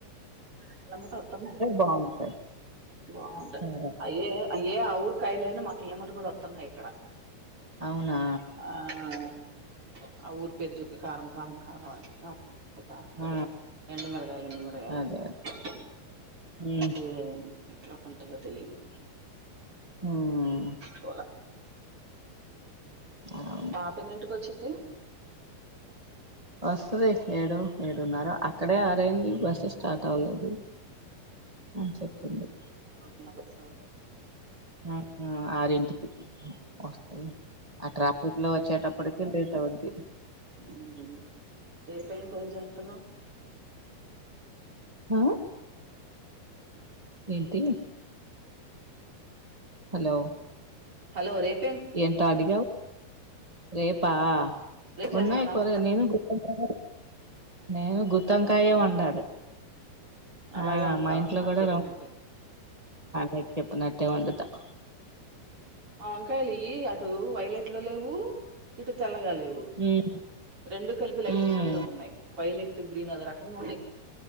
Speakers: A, on the right (about 30°); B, on the right (about 60°).
A: ఇండ్లెమ్మట వత్తన్నాయి
B: బాగుంటాయి
A: బాంటాయ్
B: సరే.
A: అయ్యే అయ్యే ఆ ఊరు కాయలనా మాకి ఇండ్లెమ్మట కూడా వస్తున్నాయి ఇక్కడ
B: అవునా
A: ఆ ఆ ఊరు పెరిజప్ప కారం కారం కారం అ అక్కడ
B: ఆ
A: ఎండు మిరగాలు ఎం మిరగాయనుకో
B: అదే అదే
A: హ్మ్ ఎట్లా ఉంటాయో తెలీదు
B: ఉమ్
A: పోలా
B: అవును
A: పాప వచ్చది
B: వస్తుంది ఏడు ఏడున్నార అక్కడే ఆరైంది బస్సు స్టార్ట్ అవ్వలేదు అని చెప్పింది
A: పోతుందా బస్
B: ఆ ఆరింటికి వస్తుంది ఆ ట్రాఫిక్ లో వచ్చేటప్పటికి లేట్ ఉంది
A: హ్మ్ రేపేం కూర జేత్తునావ్
B: హ ఏంటి హలో
A: హలో రేపు
B: ఎంట అడిగావ్ రేపా
A: రేపు
B: ఉన్నాయి
A: చేస్తున్నావా
B: కొరగా నేను గుకా నేను గుత్తంకాయే
A: గుత్తొంకాయనా నువ్వు
B: వండాలి
A: కూడా అలాగే
B: ఆ
A: వండుతావా
B: మా ఇంట్లో
A: నాకు
B: కూడా
A: చెప్పినట్టు
B: ర నకు చెప్పినట్టే వండుతాను
A: అ వంకాయిల ఈ అ అటు వైలెట్ లో లేవు ఇటు తెల్లగా లేవ్
B: ఉమ్
A: రెండు కలిపి లైట్
B: ఉమ్
A: గ్రీన్ లో ఉన్నాయి వైలెట్ గ్రీన్ అది రకంగా ఉన్నా